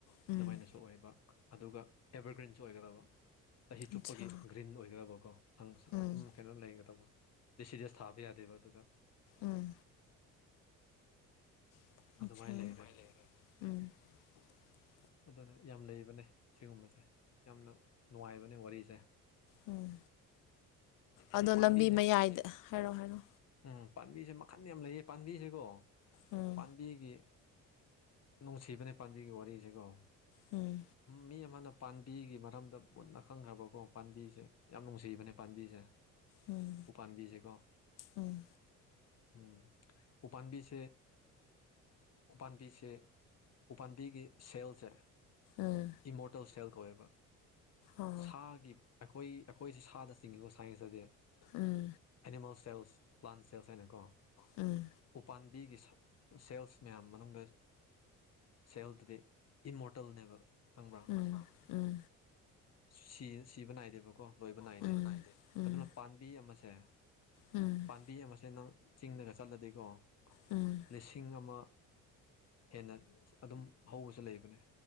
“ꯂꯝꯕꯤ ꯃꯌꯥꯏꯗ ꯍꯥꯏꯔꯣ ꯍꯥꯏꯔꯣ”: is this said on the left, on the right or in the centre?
Left